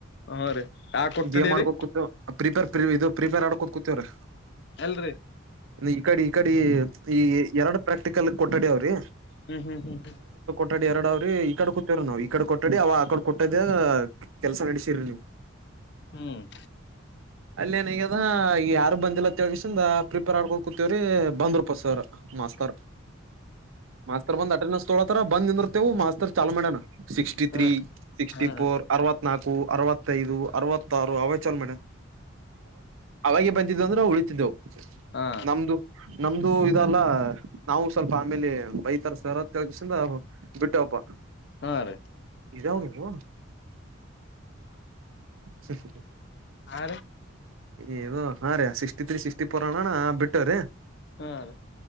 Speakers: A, on the left (about 55°); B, on the right (about 80°).
A: ಹಾ ರೀ ಯಾಕ್ ಕೊಟ್ಟಡೀರಿ
B: ಗೇಮ್ ಆಡ್ಕೋ ಕುೂತವ ಪ್ರಿಪೇರ್ ಪ್ರ ಇದು ಪ್ರಿಪೇರ್ ಆಡ್ಕೋ ಕುೂತೇವ್ರ
A: ಎಲ್ರಿ
B: ಈ ಕಡೆ ಈ ಕಡೆ ಈ ಎರಡು ಪ್ರಾಕ್ಟಿಕಲ್ ಕೊಟ್ಟಡಿ ಅವ್ರಿ
A: ಹ್ಮ್ ಹ್ಮ್ ಹ್ಮ್ ಹ್ಮ
B: ಕೊಟ್ಟಾಡಿ ಎರಡ ಅವ್ರಿ ಈ ಕಡೆ ಕುೂತೇವ್ರ ನಾವವು ಈ ಕಡೆ ಕೊಟ್ಟಾಡಿ ಅವ ಆ ಕಡೆ ಕೊಟ್ಟದ ಕೆಲಸ ನಡೆಸಿರರಿ ನೀವ್ <inaudible>
A: ಹ್ಮ್
B: ಅಲ್ಲ ಏನ್ ಹಗ್ಯದ ಯಾರು ಬಂದಿಲ್ಲ ತಿಳ್ಗಸಿಂದ ಪ್ರಿಪೇರ್ ಆಡ್ಕೊಂಡ ಕುೂತವ್ರಿ ಬಂದ್ ಪಸ್ ಮಾಸ್ತರ್ ಮಾಸ್ತರ್ ಬಂದ ಅಟ ತೊಳ ತರ ಬಂದ ನಿವು ಮಾಸ್ತರ್ ಚಾಲ್ ಮಾಡಣ ಸಿಕ್ಸ್ಟಿ
A: ಹ್ಮ್ ಹಾ
B: ತ್ರೀ ಸಿಕ್ಸ್ಟಿ
A: ಹಾ
B: ಫೋರ್ ಅರವ ತ್ ನಕು ಅರವತ್ತದು ಅರವತ್ತಾರು ಅವಾಗ ಚಲ ಮ ಅವಾಗ ಅಂದ್ರೆವು ಉಳಿತಿದ್ದೆವು
A: ಹಾ
B: ನಮ್ದು ನಮ್ದು ಇದಲ್ಲ ನಾವು ಸ್ವಲ್ಪ ಆಮೇಲೆ ಬೈತರ ಸರ ಕೆಳ್ಸಿಂದ ಬಿಟ್ಟವಪ್ಪ
A: ಹಾ ರೀ
B: ಇದದು ಹ ಸ ಸ ಸ
A: ಆ
B: ಏ ಹಾ ರೀ ಸಿಕ್ಸ್ಟಿ ತ್ರೀ ಸಿಕ್ಸ್ಟಿ ಫೋರ್ ಅಣೋಣ ಬಿಟ್ಟ್ರೀ
A: ಹಾ ರೀ